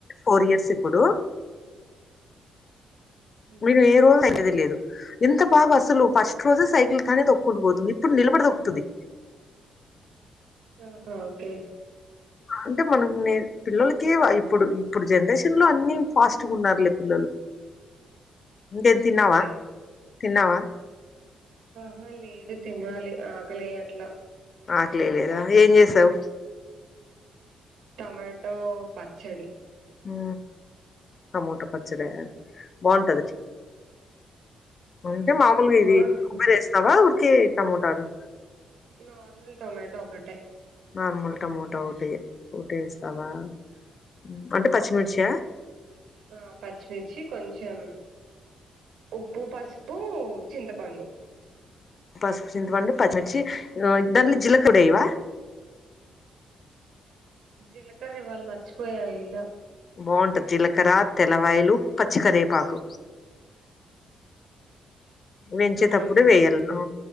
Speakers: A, on the left; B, on the right.
A: ఫోర్ ఇయర్స్ ఇం ఇప్పుడు
B: మ్మ్
A: మీరు ఏ రోజు అయినది లేదు ఎంత బాగా అసలు ఫస్ట్ రోజే సైకిల్ తనే తొక్కుంటూ పోతుంది ఇప్పుడు నిలబడి తొక్కుతది
B: ఆహా ఓకే
A: అంటే మనం నే పిల్లలక ఇప్పుడు ఇప్పుడు జనరేషన్ లో అన్ని ఫాస్ట్గా ఉన్నారులే పిల్లలు ఇేన్ తిన్నావా
B: అంతే
A: తిన్నావా
B: ఆహా లేదు తినాలి ఆకలేయట్లా
A: ఆకలెయ్ లేదా ఏం చేసావు
B: టమాటో పచ్చడి
A: ఊ టమోటా పచ్చడా బావుంటది ఉంటే
B: మ్మ్
A: మాములుగా
B: బాగుంటది
A: ఇది కొబ్బరు వేస్తావా కే టమోటాలు
B: నార్మల్ టొమాటో ఒక్కటే
A: నార్మల్ టమోటా ఓటే ఓటేస్తావా ఊ అంటే పచ్చిమిర్చా
B: ఆ పచ్చిమిర్చి కొంచెం ఉప్పు పసుపు చింతపండు
A: పసుపు చింతపండు పచ్చిమిర్చి దాలీ జీలకుడి ఎయ్ వా
B: జిలకర ఇవళ మర్చిపోయా ఎయ్లా
A: బావుంటది జీలకర తెల్లవాయలు పచ్చి కరేపాకు వేంచేతప్పుడు
B: ఉమ్
A: వెయ్యాల్ ఆ